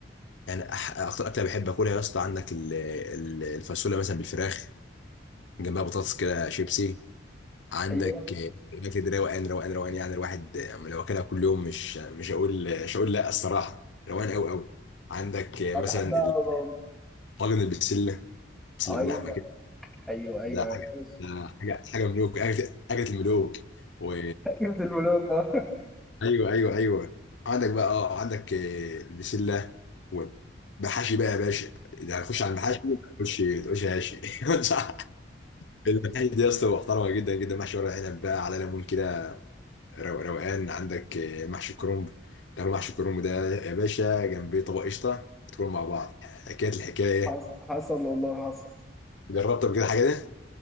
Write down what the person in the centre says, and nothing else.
ايوه
اه
بحبها أوي برضه.
ايوه
ايوه ايوه
يا
باشا
جبت البلوك اه
حصل حصل والله حصل